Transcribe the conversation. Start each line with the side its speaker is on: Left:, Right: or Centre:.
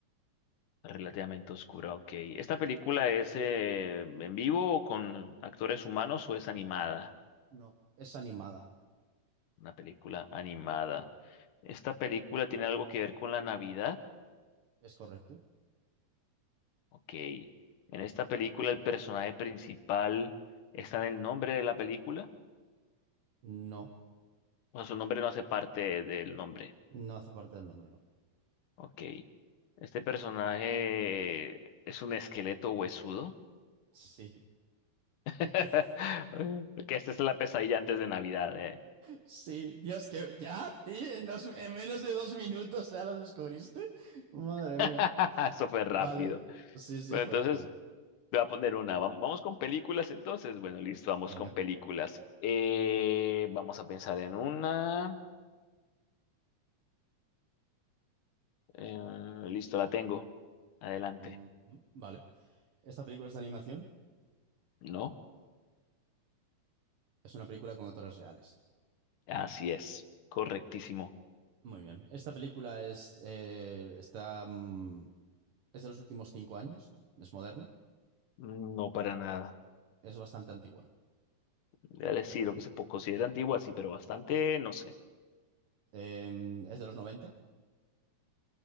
Left: Relativamente oscura, ok. ¿Esta película es eh, en vivo o con actores humanos o es animada?
Right: No, es animada.
Left: Una película animada. ¿Esta película tiene algo que ver con la Navidad?
Right: Es correcto.
Left: Ok. ¿En esta película el personaje principal está en el nombre de la película?
Right: No,
Left: O sea, su nombre no hace parte del nombre.
Right: no hace parte del nombre, no.
Left: Ok. ¿Este personaje es un esqueleto huesudo?
Right: Sí.
Left: <laughs>
Right: <laughs> Qué f-
Left: Que esta es la pesadilla antes de Navidad, ¿eh?
Right: Sí, Dios, que ya, tío, en, dos- en menos de dos minutos ya lo descubriste. Madre
Left: <laughs>
Right: mía.
Left: Eso fue rápido.
Right: Vale. Sí, sí,
Left: Bueno,
Right: fue
Left: entonces
Right: rápido.
Left: te voy a poner una. Vam- Vamos con películas entonces. Bueno, listo, vamos
Right: Venga.
Left: con películas. Eh, vamos a pensar en una. Eh, listo, la tengo. Adelante.
Right: Mm, vale. Esta película es de animación.
Left: ¿No?
Right: Es una película con actores reales.
Left: Así es. Correctísimo.
Right: Muy bien. Esta película es, eh, está, mm, es de los últimos cinco años. Es moderna.
Left: No para nada.
Right: Es bastante antigua.
Left: Voy a decir lo que se po- considera antigua, sí, pero bastante, no sé.
Right: Em, es de los 90,